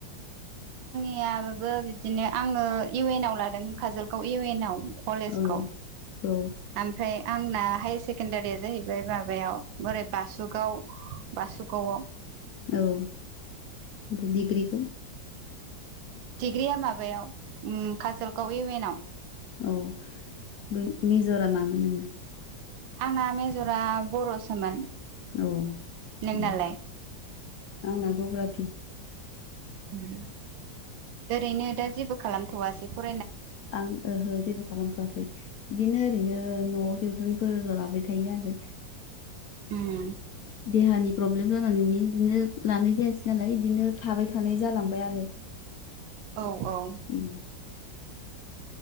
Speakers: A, on the right; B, on the left.
A: याबो बिदिनो आङो इउ एन आव लादों खाजोलगाव इउ एन आव कलेजखौ
B: औ औ
A: आमफ्राय आंना हाइ सेकेनडारिया जाहैबाय माबायाव बोरै बासुगाव बासुगावाव।
B: औ ओमफाय डिग्रिखौ?
A: डिग्रिया माबायाव उम खाजोलगाव इउ एनाव।
B: औ बै मेज'रा मामोन नोंना?
A: आंना मेजरा बर'सोमोन।
B: औ
A: नोंनालाय?
B: उम। आंना जग्राफि।
A: उम ओरैनो दा जेबो खालामथ'वासै ब'
B: आं ओहो जेबो खालामथ'वाखै। बिदिनो ओरैनो न'आव टिउसनफोरल' लाबाय थायो आरो।
A: उम
B: देहानि प्रब्लेम जानानैनो इदिनो लानाय जायासै नालाय इदिनो थाबाय थानाय जालांबाय आरो।
A: औ औ।
B: उम